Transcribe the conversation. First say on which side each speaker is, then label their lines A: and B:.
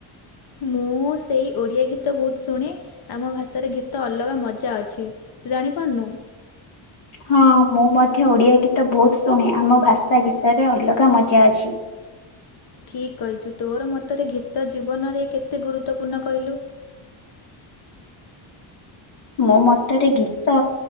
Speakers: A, on the left; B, on the left.
A: ମୁଁ ସେଇ ଓଡ଼ିଆ ଗୀତ ବହୁତ୍ ଶୁଣେ। ଆମ ଭାଷାରେ ଗୀତ ଅଲଗା ମଜା ଅଛି ତୁ ଜାଣିପାରୁନୁ।
B: ହଁ ମୁଁ ମଧ୍ୟ ଓଡିଆ ଗୀତ ବହୁତ ଶୁଣେ ଆମ ଭାଷା ଗୀତରେ ଅଲଗା ମଜା ଅଛି।
A: ଠିକ୍ କହିଛୁ ତୋର ମତରେ ଗୀତ ଜୀବନରେ କେତେ ଗୁରୁତ୍ୱ ପୂର୍ଣ୍ଣ କହିଲୁ।
B: ମୋ ମତରେ ଗୀତ।